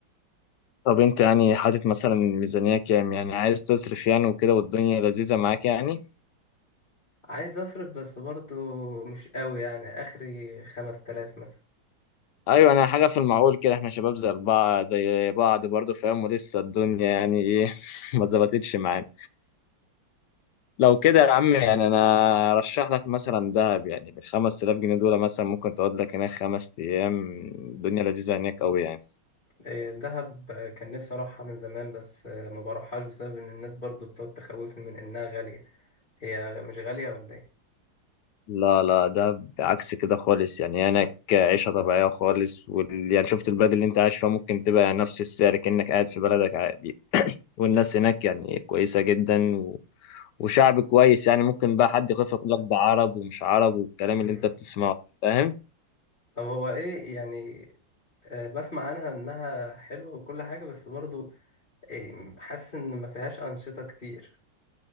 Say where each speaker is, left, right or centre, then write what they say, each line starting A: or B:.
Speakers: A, on the left (about 70°); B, on the left (about 30°).
A: طب انت يعني حاطط مثلا ميزانية كام يعني عايز تصرف يعني وكده والدنيا لذيذة معاك يعني
B: عايز اصرف بس برضو مش قوي يعني اخري 5000 مثلا
A: ايوه انا حاجة في المعقول كده احنا شباب زي بعض زي بعض برضه فاهم ولسه الدنيا يعني ايه <laughs> ما ظبطتش معانا لو كده يا عم يعني انا ارشح لك مثلا دهب يعني بالخمس تلاف جنيه دول مثلا ممكن تقعد لك هناك خمس ايام الدنيا لذيذة هناك قوي يعني
B: آه، دهب آه، كان نفسي اروحها من زمان بس آه، ما بروحهاش بسبب ان الناس برضو بتقعد تخوفني من انها غالية هي غ- مش غالية ولا
A: لا لا ده عكس كده خالص يعني هناك عيشة طبيعية خالص وال... يعني شفت البلد اللي انت عايش فيها ممكن تبقى يعني نفس السعر كأنك قاعد في بلدك عادي والناس هناك يعني كويسة جدا و... وشعب كويس يعني ممكن بقى حد يخاف يقول لك ده عرب ومش عرب والكلام
B: ايه؟
A: اللي انت بتسمعه فاهم
B: طب هو ايه يعني آه، بسمع عنها انها حلوة وكل حاجة بس برضو آه، حاسس ان ما فيهاش انشطة كتير